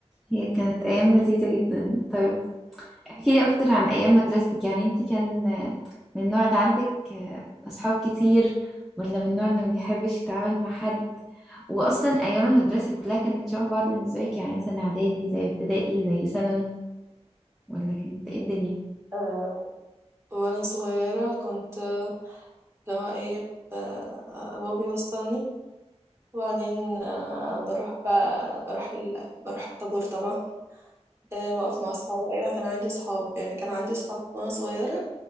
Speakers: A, in the centre; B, on the right (about 25°).
A: هي كانت ايام لذيذه جدا طيب احكي لي اكتر عن ايام مدرستك يعني انت كان من النوع اللي عندك اصحاب كتير ولا من النوع اللي ما بيحبش يتعامل مع حد واصلا ايام المدرسه كلها كانت شبه بعض بالنسبه لك يعني مثلا اعدادي زي ابتدائي زي ثانوي ولا كانت ايه الدنيا
B: آه، وانا صغيرة كنت اللي هو ايه ب- بابي وصلني وبعدين آه، بروح بقى بروح ال... بروح الطابور طبعا آه، واقف مع اصحابي ايوه كان عندي اصحاب يعني كان عندي اصحاب وانا صغيرة